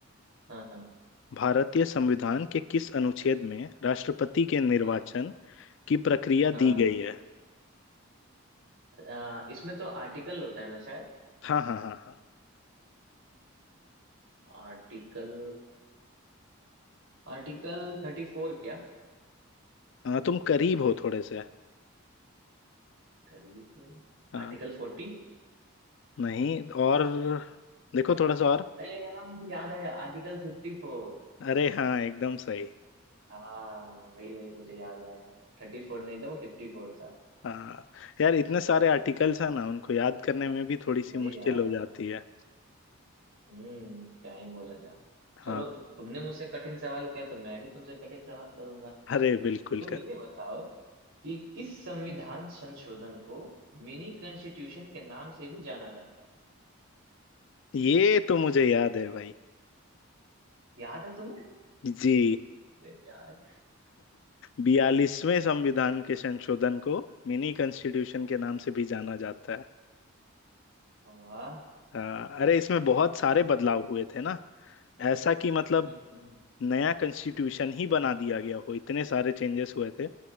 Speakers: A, on the right; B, on the left.
A: हाँ हाँ
B: भारतीय संविधान के किस अनुच्छेद में राष्ट्रपति के निर्वाचन
A: हाँ
B: की प्रक्रिया दी
A: हाँ
B: गई है
A: आ, इसमें तो आर्टिकल होता है ना शायद
B: हाँ हाँ हाँ हाँ
A: आर्टिकल आर्टिकल थर्टी फोर क्या
B: हाँ तुम करीब हो थोड़े से
A: करीब हूँ
B: हाँ
A: आर्टिकल फोर्टी
B: नहीं और देखो थोड़ा सा और
A: अरे यार मुझे याद आया आर्टिकल फिफ्टी फोर
B: अरे हाँ एकदम सही
A: हाँ वही वही मुझे याद आया थर्टी फोर नहीं था वो फिफ्टी फोर था
B: हाँ यार इतने सारे आर्टिकल्स हैं ना उनको याद करने में भी थोड़ी सी
A: वही
B: मुश्किल
A: यार
B: हो जाती है
A: हम्म क्या ही बोला जा
B: हाँ
A: चलो तुमने मुझसे कठिन सवाल किया तो मैं भी तुमसे कठिन सवाल करूंगा
B: अरे बिल्कुल
A: तुम
B: कर
A: ये बताओ कि किस संविधान संशोधन को मिनी कॉन्स्टिट्यूशन के नाम से भी जाना जाता है
B: ये तो मुझे याद है भाई
A: याद है तुम्हें
B: जी
A: अरे यार
B: बयालीसवें संविधान के संशोधन को मिनी कॉन्स्टिट्यूशन के नाम से भी जाना जाता है
A: वाह
B: हाँ, अरे इसमें बहुत सारे बदलाव हुए थे ना ऐसा कि मतलब
A: हम्म हम्म।
B: नया कॉन्स्टिट्यूशन ही बना दिया गया हो इतने सारे चेंजेस हुए थे